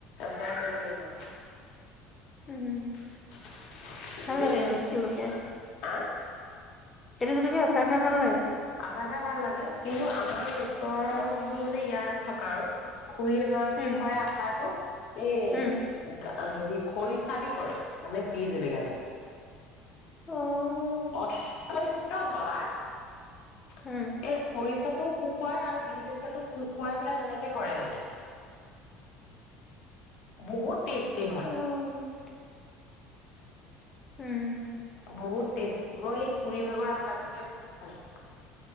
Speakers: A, on the left (about 65°); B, on the left (about 25°).
A: আচাৰ কৰিব লাগিব। <unintelligible>
B: উম, ভাল লাগে এইটো
A: উতি
B: জলকীয়া
A: আহ <unintelligible>
B: এইটো জলকীয়াৰ আচাৰ খাই ভাল লাগে।
A: আচাৰ খাই ভাল লাগে কিন্তু আমাৰ ওচৰৰ মোৰ মানে ইয়াত থকা--আৰু খুৰী এগৰাকীয়ে
B: উম,
A: কৰে আচাৰতটো এই
B: উম,
A: হেৰি খৰিচা দি কৰে, মানে বিহ জলকীয়াতো
B: অ',
A: অ চলা <unintelligible>
B: উম,
A: এ খৰিচা টো শুকুৱাই আৰু বীজ জলকীয়াতো শোকাই পেলাই তেনেকে কৰে মানে। বহুত টেষ্টি হয়।
B: অ', <inaudible> উম।
A: বহুত টেষ্টি মই এই খুৰী ভাগৰ আচাৰটো খাই বহুত ভাল পাওঁ।